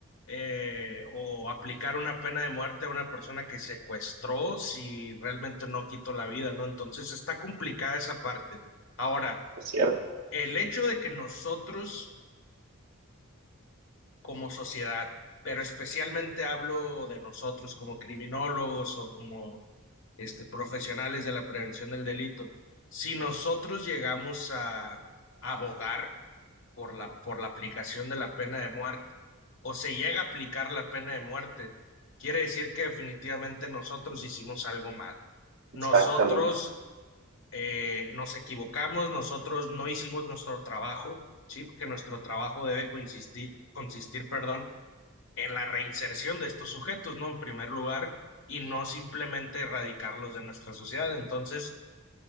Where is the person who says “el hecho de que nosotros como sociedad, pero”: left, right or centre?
Left